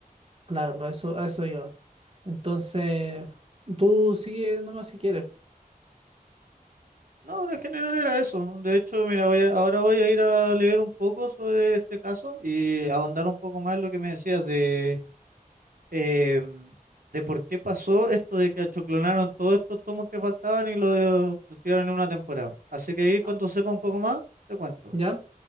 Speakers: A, on the right; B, on the right.
A: Claro, a eso, a eso iba. Entonces, tú sigue nomás si quieres.
B: No, en general era eso. De hecho, mira, voy a- ahora voy a ir a leer un poco sobre este caso y ahondar un poco más en lo que me decías de, eh, de por qué pasó esto de que achoclonaron todos estos tomos que faltaban y los los tiraron en una temporada. Así que ahí cuando
A: Ah,
B: sepa un poco más, te cuento.
A: ¿Ya?